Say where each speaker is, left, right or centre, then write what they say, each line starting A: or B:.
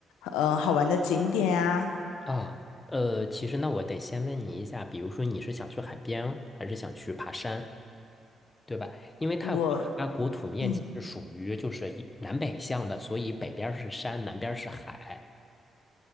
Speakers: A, on the left (about 85°); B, on the left (about 30°).
A: 呃好玩的景点啊？
B: 啊，呃，其实那我得先问你一下，比如说你是想去海边，还是想去爬山？对吧？因为泰国它国土面积是属于就是一南北向的，
A: 我嗯，
B: 所以北边儿是山，南边儿是海，